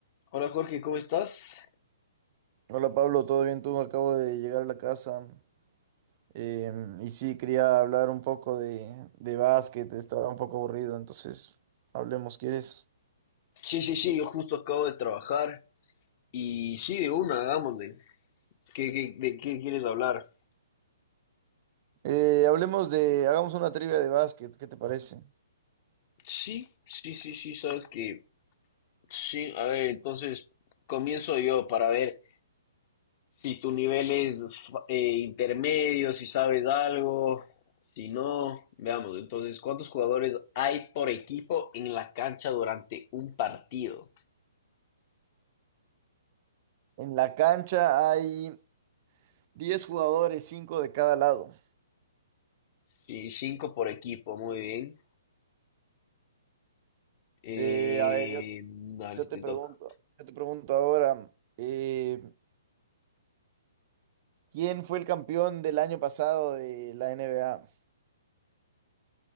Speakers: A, on the left; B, on the right.
A: Hola Jorge, ¿cómo estás?
B: Hola Pablo, ¿todo bien tú? Acabo de llegar a la casa eh, y sí, quería hablar un poco de, de básquet, estaba un poco aburrido, entonces hablemos, ¿quieres?
A: Sí, sí, sí, yo justo acabo de trabajar y sí, de una, hagámosle. ¿Qué, qué- de qué quieres hablar?
B: Eh, hablemos de, hagamos una trivia de básquet, ¿qué te parece?
A: Sí, sí, sí, sí, sabes que sí. A ver, entonces comienzo yo para ver si tu nivel es fa- eh, intermedio, si sabes algo, si no, veamos. Entonces, ¿cuántos jugadores hay por equipo en la cancha durante un partido?
B: En la cancha hay 10 jugadores, 5 de cada lado.
A: Sí, cinco por equipo, muy bien. Eh,
B: Eh, a ver, yo,
A: dale,
B: yo
A: te
B: te pregunto,
A: toca.
B: yo te pregunto ahora, eh, ¿quién fue el campeón del año pasado de la NBA?